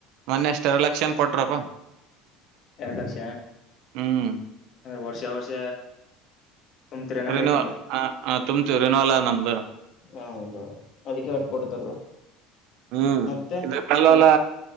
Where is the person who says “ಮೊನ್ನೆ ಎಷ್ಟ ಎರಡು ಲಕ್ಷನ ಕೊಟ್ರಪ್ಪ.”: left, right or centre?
Right